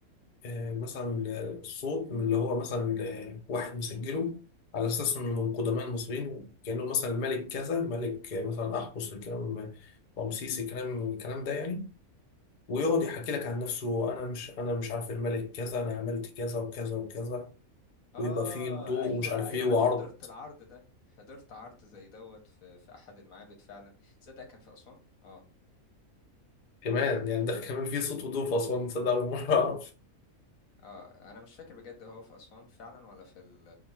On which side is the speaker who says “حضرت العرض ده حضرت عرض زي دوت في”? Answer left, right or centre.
Left